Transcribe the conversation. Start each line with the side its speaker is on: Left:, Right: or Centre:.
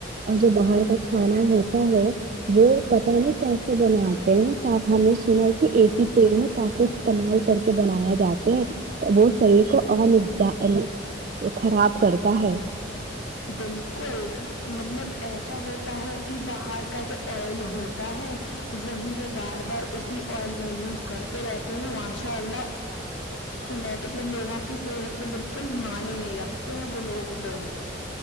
Right: اور جو باہر کا کھانا ہوتا ہے وہ پتا نے کیسے بنا تو آپ ہم نے سنا کہ ایک ہی تیل میں کافی استعمال کر کے بنایا جاتے ہیں وہ شریر کو <unintelligible> خراب کرتا ہے
Left: بالکل مطلب ایسا ہوتا ہے کہ باہر کا جو آئل ہو تا ہے وہی وہ بار بار اسی آئل میں یوز کرتے رہتے ہیں ماشاء اللہ یں تو صف لوگوں کی صحت پہ بالکل دھیان ہی نہیں رکھتے ہیں وہ لوگ تو